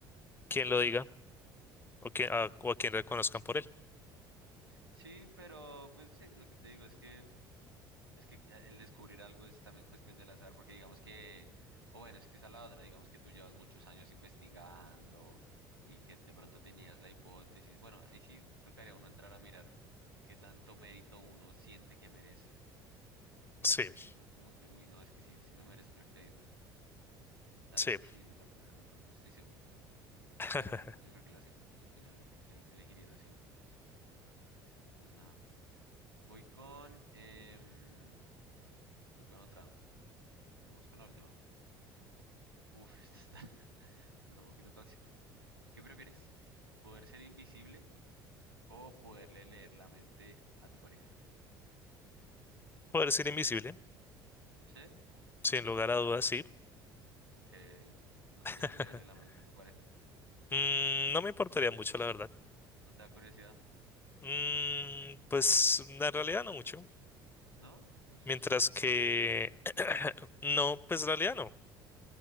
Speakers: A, on the left; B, on the right.
A: quién lo diga o, quién, a, o a quién reconozcan por él.
B: Sí, pero pues sí, lo que te digo es que es que eh, el descubrir algo es también cuestión del azar, porque digamos que, o bueno, es que esa es la otra, digamos que tú llevas muchos años investigando y que de pronto tenías la hipótesis. Bueno, ahí sí tocaría a uno entrar a mirar qué tanto mérito uno siente que merece. ¿sí
A: Sí,
B: me va a entender? Como que, uy, no, es que sí, sí me merezco el crédito. Tal
A: sí.
B: vez sí, la primera, no, no estoy seguro.
A: <laughs>
B: Pero yo creo que la segunda, al final el- elegiría la segunda. Pues nada, voy con, em, voy con otra. Vamos con la última. Uf, esta está, <laughs> esta está un poquito tóxica. ¿Qué prefieres? ¿Poder ser invisible o poderle leer la mente a tu pareja?
A: Poder ser invisible,
B: ¿Sí?
A: sin lugar a dudas, sí.
B: Ok. ¿No
A: <laughs>
B: quieres leerle la mente a tu pareja?
A: Mm, no me importaría mucho, la verdad.
B: ¿No te da curiosidad?
A: Mm, pues en realidad no mucho.
B: ¿No? Ush,
A: Mientras que <clears throat> no, pues en realidad no.